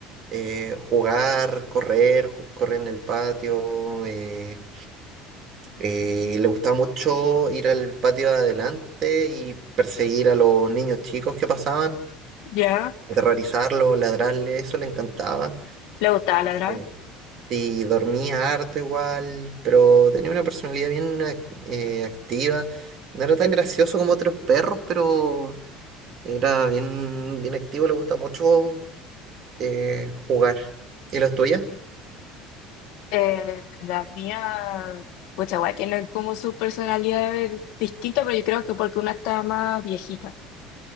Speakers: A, on the right; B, on the left.
A: eh, jugar, correr, ju- correr en el patio. eh, Eh, le gustaba mucho ir al patio de adelante y perseguir a los niños chicos que pasaban,
B: Ya,
A: aterrorizarlos, ladrarles, eso le encantaba.
B: le gustaba ladrar.
A: Eh, y dormía harto igual, pero tenía una personalidad bien ac- eh, activa. No era tan gracioso como otros perros, pero era bien, bien activo, le gustaba mucho eh, jugar. ¿Y los tuyos?
B: Eh, las mías, pues igual tienen como sus personalidades distintas, pero yo creo que porque una está más viejita.